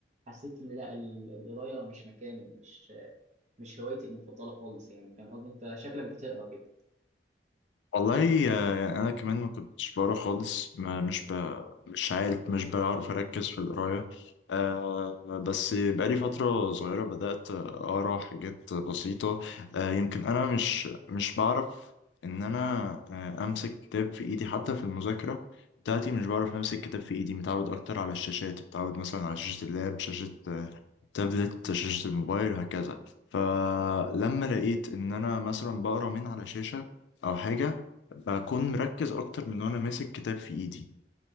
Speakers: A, on the right; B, on the left.
A: حسيت إن لا ال- القراية مش مكاني مش مش هوايتي المفضلة خالص يعني فاهم قصدي أنت شكلك بتقرا كده
B: والله آه، يعني انا كمان ما كنتش بقرا خالص ما مش ب... مش عارف مش بعرف اركز في القرايه آه بس بقالي فتره صغيره بدات اقرا حاجات بسيطه آه يمكن انا مش مش بعرف ان انا آه امسك كتاب في ايدي حتى في المذاكره بتاعتي مش بعرف امسك كتاب في ايدي متعود اكتر على الشاشات متعود مثلا على شاشه اللاب شاشه تابلت شاشة الموبايل وهكذا فلما لقيت إن أنا مثلا بقرا من على شاشة أو حاجة بكون مركز أكتر من وأنا ماسك كتاب في إيدي